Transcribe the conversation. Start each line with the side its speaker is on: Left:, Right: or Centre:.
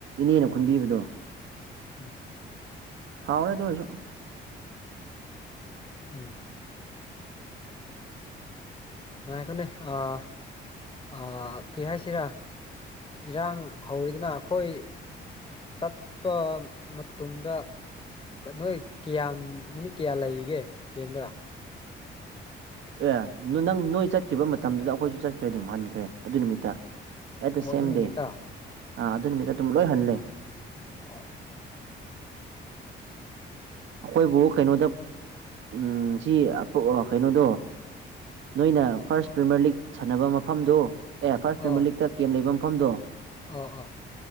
Right: ꯏꯅꯦꯅ ꯈꯨꯟꯕꯤꯕꯗꯣ
Left: ꯎꯝ
Right: ꯍꯥꯎꯔꯦ ꯑꯗꯨ ꯑꯣꯏꯁꯨ
Left: ꯎꯝ ꯉꯥꯏꯈꯣꯅꯦ ꯑꯥ ꯑꯥ ꯀ꯭ꯔꯤ ꯍꯥꯏꯁꯤꯔꯥ ꯏꯔꯥꯡ ꯍꯧꯋꯤꯗꯅ ꯑꯩꯈꯣꯏ ꯆꯠꯄ ꯃꯇꯝꯗ ꯅꯣꯏ ꯀꯌꯥꯝ ꯅꯨꯃꯤꯠ ꯀꯌꯥ ꯂꯩꯔꯤꯒꯦ ꯀꯦꯝꯗ
Right: ꯑꯦ ꯅꯪ ꯅꯣꯏ ꯆꯠꯈꯤꯕ ꯃꯇꯝꯗꯨꯗ ꯑꯩꯈꯣꯏꯁꯨ ꯆꯠꯈ꯭ꯔꯦ ꯑꯗꯨꯝ ꯍꯟꯈ꯭ꯔꯦ ꯑꯗꯨ ꯅꯨꯃꯤꯠꯇ ꯑꯦꯠ ꯗ
Left: ꯑꯣ
Right: ꯁꯦꯝ
Left: ꯑꯗꯨ ꯅꯨꯃꯤꯠꯇ
Right: ꯗꯦ ꯑ ꯑꯗꯨ ꯅꯨꯃꯤꯠꯇ ꯑꯗꯨꯝ ꯂꯣꯏꯍꯜꯂꯦ
Left: ꯑꯣ
Right: ꯑꯩꯈꯣꯏꯕꯨ ꯀꯩꯅꯣꯗ ꯎꯝ ꯁꯤ ꯑꯥ ꯄꯛ ꯀꯩꯅꯣꯗꯣ ꯅꯣꯏꯅ ꯐꯥꯔꯁ ꯄ꯭ꯔꯤꯃꯤꯌꯔ ꯂꯤꯒ ꯁꯥꯟꯅꯕ ꯃꯐꯝꯗꯣ ꯑꯦ ꯐꯥꯔꯁ ꯐꯦꯃꯤꯂꯤꯛꯇ
Left: ꯑꯣ
Right: ꯀꯦꯝ ꯂꯩꯕ ꯃꯐꯝꯗꯣ
Left: ꯑꯣ ꯑꯣ